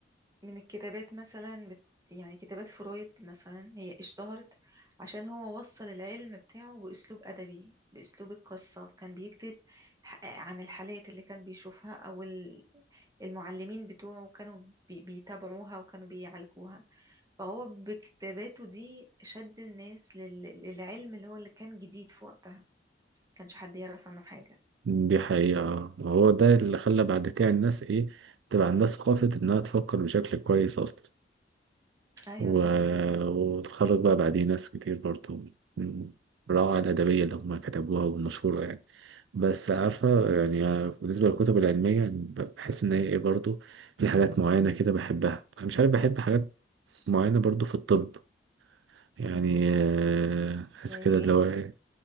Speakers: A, on the right; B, on the right.
A: من الكتابات مثلا بت... يعني كتابات فرويد مثلا هي اشتهرت عشان هو وصل العلم بتاعه بأسلوب أدبي بأسلوب القصة كان بيكتب ح- عن الحالات اللي كان بيشوفها أو ال- المعلمين بتوعه كانوا بي... بيتابعوها وكانوا بيعالجوها فهو بكتاباته دي شد الناس لل... للعلم اللي هو اللي كان جديد في وقتها كانش حد يعرف عنه حاجة
B: دي حقيقة
A: مم.
B: آه. هو ده اللي خلى بعد كده الناس إيه تبقى عندها ثقافة إنها تفكر بشكل كويس أصلا
A: أيوة
B: و...
A: صح
B: وتخرج بقى بعديه ناس كتير برضو من الروعة الأدبية
A: مم.
B: اللي هما كتبوها والمشهورة يعني بس عارفة يعني آه، بالنسبة للكتب العلمية بحس إن هي إيه برضو في حاجات معينة كده بحبها أنا مش عارف بحب حاجات معينة برضو في الطب يعني
A: مم.
B: آه، بحس
A: زي
B: كده
A: إيه
B: اللي هو